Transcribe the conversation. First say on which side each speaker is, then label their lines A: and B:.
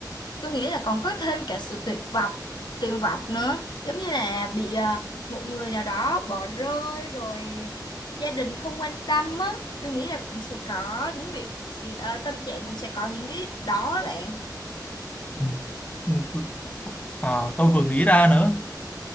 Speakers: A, on the left; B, on the left.
A: tôi nghĩ là còn có thêm cả sự tuyệt vọng tuyệt vọng nữa giống như là bị à, một người nào đó bỏ rơi rồi gia đình không quan tâm á tôi nghĩ là cũng sẽ có những việc sẽ- ờ, tâm trạng cũng sẽ có những cái đó á bạn
B: Ừ. Ừ, ờ, tôi vừa nghĩ ra nữa